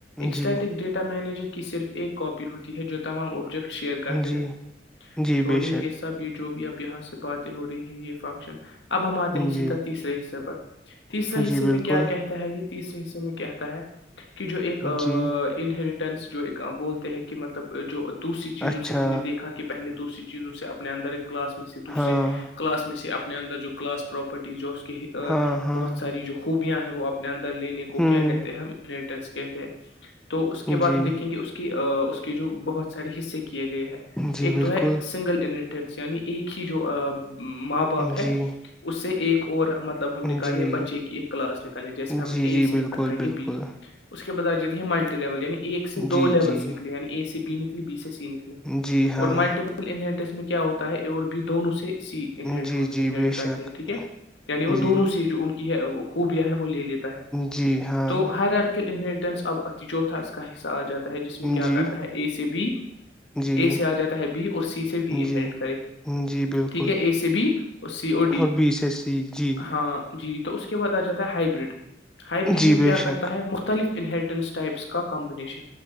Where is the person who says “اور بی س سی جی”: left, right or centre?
Centre